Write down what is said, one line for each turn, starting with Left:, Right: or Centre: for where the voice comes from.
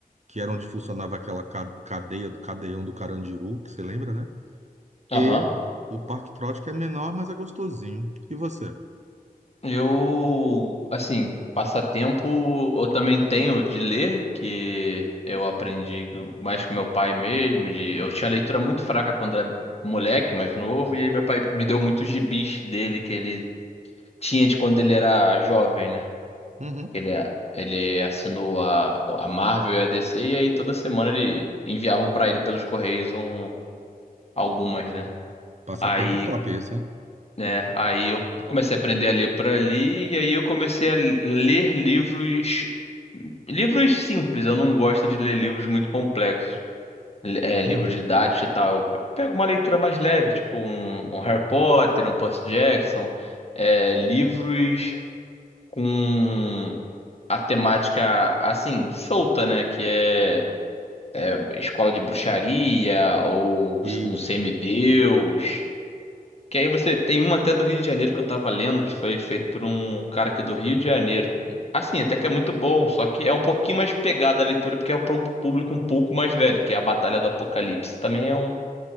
Right: que era onde funcionava aquela ca- cadeia do cadeião do Carandiru, que você lembra, né?
Left: Aham.
Right: E o Parque Trote, que é menor, mas é gostosinho. E você?
Left: Eu, assim, passatempo eu também tenho de ler, que eu aprendi mais com meu pai mesmo, de eu tinha leitura muito fraca quando era moleque, mais novo, e aí meu pai me deu muitos gibis dele que ele tinha de quando ele era jovem, né?
Right: Uhum.
Left: que Ele, ele assinou a, a Marvel e a DC, e aí toda semana ele enviavam pra ele pelos Correios um, algumas, né?
Right: Passatempo
Left: Aí,
Right: top esse, hein?
Left: né, aí eu comecei a aprender a ler por ali, e aí eu comecei a ler livros, livros simples, eu não gosto de ler livros muito complexos. Li- É, livro
Right: Uhum.
Left: didático e tal. Eu pe- pego uma leitura mais leve, tipo um, um Harry Potter, um Percy Jackson, é, livros com a temática assim, solta, né? Que é escola de bruxaria ou
Right: Isso.
Left: um semideus. Que aí você tem uma até do Rio de Janeiro que eu tava lendo, que foi feito por um cara aqui do Rio de Janeiro. Assim, até que é muito bom, só que é um pouquinho mais pegada a leitura, porque é para um público um pouco mais velho, que é A Batalha do Apocalipse. Também é um,